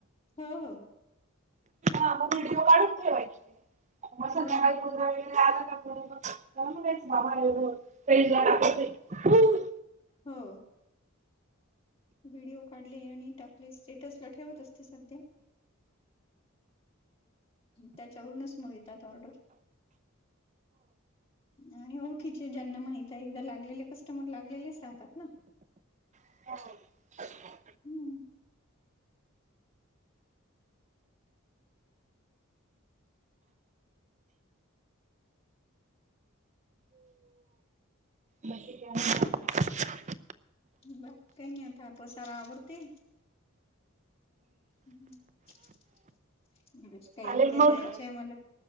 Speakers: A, on the left; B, on the right.
A: हो हो
B: मग व्हिडिओ काढून ठेवायचे मग सध्याकाळी
A: हो ना बरोबर.
B: पु ते आल का बरोबर करते बाबा एवढं एवढं पेजला कापून ठेवते
A: हो व्हिडिओ काढले आणि आपले स्टेटसला ठेवत असते सध्या त्याच्यावरूनच मग येतात ऑर्डर आणि ओळखीचे ज्यांना माहित आहे एकदा लागलेले कस्टमर लागलेलेच राहतात ना
B: हो
A: हम्म
B: बाकी काय म्हणतात मग
A: बाकी काही नाही आता हा पसारा आवरते हम्म बरेच काही
B: चालेल
A: उद्या
B: मग.
A: द्यायचं आहे मला